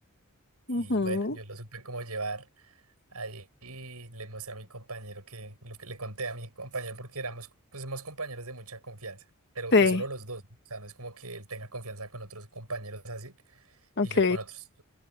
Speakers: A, on the right; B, on the left.
A: y
B: Ujú.
A: bueno, yo lo supe cómo llevar ahí y le mostré a mi compañero que lo que le conté a mi compañero porque éramos, pues somos compañeros de mucha confianza, pero
B: Sí,
A: pues solo los dos. ¿no? O sea, no es como que él tenga confianza con otros compañeros así
B: ok,
A: y yo con otros.